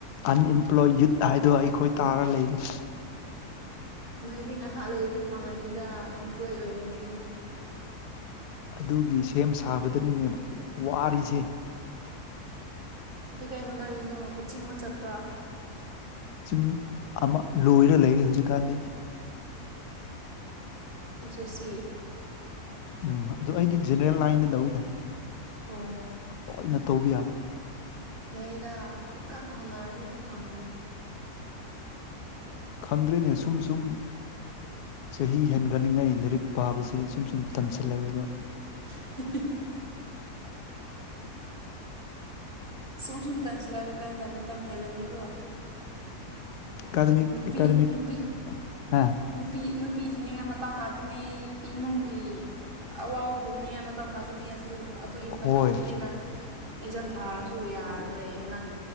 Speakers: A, on the left (about 85°); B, on the right (about 35°).
A: ꯑꯟꯑꯦꯝꯄ꯭ꯂꯣꯏ ꯌꯨꯠ ꯍꯥꯏꯗꯣ ꯑꯩꯈꯣꯏ ꯇꯥꯔ ꯂꯩꯔꯤ
B: ꯅꯣꯏꯗꯤ ꯉꯥꯏꯍꯥꯛ ꯂꯩꯔꯗꯤ ꯐꯪꯉꯅꯤꯗ ꯑꯦꯝꯄ꯭ꯂꯣꯏ ꯑꯣꯏꯔꯅꯤ
A: ꯑꯗꯨꯒꯤ ꯁꯦꯝ ꯁꯥꯕꯗꯅꯤꯅꯦꯕ ꯋꯥꯔꯤꯔꯤꯁꯦ
B: ꯀꯩꯀꯩ ꯍꯣꯠꯅꯔꯤꯅꯣ ꯀꯣꯆꯤꯡꯕꯨ ꯆꯠꯄ꯭ꯔꯥ
A: ꯆꯤꯡ ꯑꯃ ꯂꯣꯏꯔ ꯂꯩꯔꯤ ꯍꯧꯖꯤꯛꯀꯥꯟꯗꯤ
B: ꯑꯣꯖꯦꯁꯤ
A: ꯎꯝ ꯑꯗꯨꯗ ꯑꯩꯗꯤ ꯖꯦꯅꯔꯦꯜ ꯂꯥꯏꯟꯗ ꯂꯧꯋꯏꯗ
B: ꯑꯣ
A: ꯂꯅ ꯇꯧꯕ ꯌꯥꯕ
B: ꯌꯥꯩꯗ ꯀꯟꯅ ꯍꯣꯠꯅꯔꯗꯤ ꯑꯗꯨꯝ ꯐꯪꯉꯅꯤ
A: ꯈꯪꯗ꯭ꯔꯦꯅꯦ ꯁꯨꯝ ꯁꯨꯝ ꯆꯍꯤ ꯍꯦꯟꯒꯠꯜꯂꯤꯉꯩ ꯂꯥꯏꯔꯤꯛ ꯄꯥꯕꯁꯦ ꯁꯨꯝ ꯁꯨꯝ ꯇꯟꯁꯤꯜꯂꯦꯕ
B: <unintelligible> <inaudible> ꯁꯨꯝ ꯁꯨꯝ ꯇꯥꯟꯁꯤꯜꯂꯛꯕ ꯀꯥꯟꯗ ꯃꯇꯝ ꯍꯦꯜꯂꯅꯤꯀꯣ
A: ꯑꯦꯀꯥꯗꯃꯤ
B: ꯅꯨꯄꯤ
A: ꯑꯦꯀꯥꯗꯃꯤꯛ
B: ꯅꯨꯄꯤ
A: ꯍꯥ
B: ꯅꯨꯄꯤ ꯅꯨꯄꯤ ꯊꯤꯅꯤꯡꯉꯥꯏ ꯃꯇꯥꯡ ꯂꯥꯛꯀꯅꯤ ꯏꯃꯨꯡꯒꯤ ꯑꯋꯥꯕ ꯄꯨꯣꯛꯅꯤꯡꯉꯥꯏ ꯃꯇꯥꯡ ꯂꯥꯛꯀꯅꯤ ꯑꯗꯨ ꯑꯗꯨꯒꯤ
A: ꯍꯣꯏ
B: ꯃꯇꯥꯡꯗꯗꯤ ꯅꯪ ꯑꯦꯛꯖꯥꯝ ꯊꯥꯔꯁꯨ ꯌꯥꯔꯔꯣꯏ ꯅꯪ